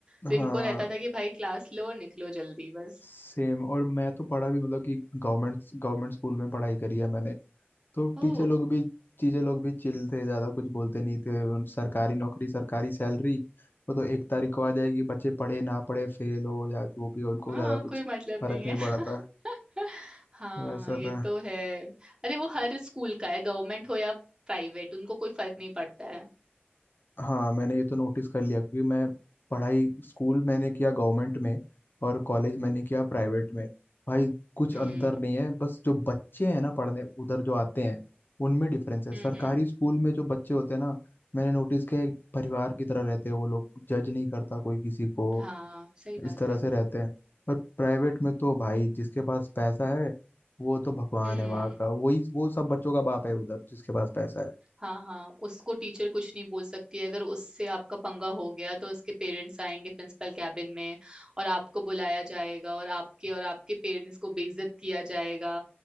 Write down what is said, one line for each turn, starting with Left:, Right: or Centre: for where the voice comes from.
Left: हाँ
Right: तो इनको रहता था कि भाई क्लास लो और निकलो जल्दी बस
Left: सेम और मैं तो पढ़ा भी मतलब कि गवर्नमेंट गवर्नमेंट स्कूल में पढ़ाई करी है मैंने तो
Right: ओ
Left: टीचर लोग भी टीचर लोग भी चिल थे ज्यादा कुछ बोलते नहीं थे उन- सरकारी नौकरी सरकारी सैलरी वो तो एक तारीख को आ जाएगी बच्चे पढ़े ना पढ़े फेल हो या जो भी हो उनको
Right: हाँ
Left: ज्यादा कुछ
Right: कोई मतलब
Left: फर्क
Right: नहीं
Left: नहीं
Right: है
Left: पड़ा था
Right: <laughs> हाँ
Left: वैसा
Right: ये
Left: था
Right: तो है अरे वो हर स्कूल का है गवर्नमेंट हो या प्राइवेट उनको कोई फर्क नहीं पड़ता है
Left: हाँ मैंने ये तो नोटिस कर लिया क्योंकि मैं पढ़ाई स्कूल मैंने किया गवर्नमेंट में और कॉलेज मैंने किया प्राइवेट में भाई कुछ
Right: हम्म
Left: अंतर नहीं है बस जो बच्चे हैं ना पढ़ने उधर जो आते हैं उनमें डिफरेंस है सरकारी
Right: हम्म हम्म
Left: स्कूल में जो बच्चे होते हैं ना मैंने नोटिस किया है, एक परिवार की तरह रहते हैं वो लोग जज नहीं करता कोई किसी को
Right: हाँ सही बात
Left: इस तरह
Right: है
Left: से रहते हैं पर प्राइवेट में तो भाई जिसके पास पैसा है वो तो भगवान
Right: हम्म
Left: है वहाँ का वही वो सब बच्चों का बाप है उधर जिसके पास पैसा है
Right: हाँ हाँ उसको टीचर कुछ नहीं बोल सकती है अगर उससे आपका पंगा हो गया तो उसके पेरेंट्स आएंगे प्रिंसिपल कैबिन में और आपको बुलाया जाएगा और आपके और आपके पेरेंट्स को बेइज्जत किया जाएगा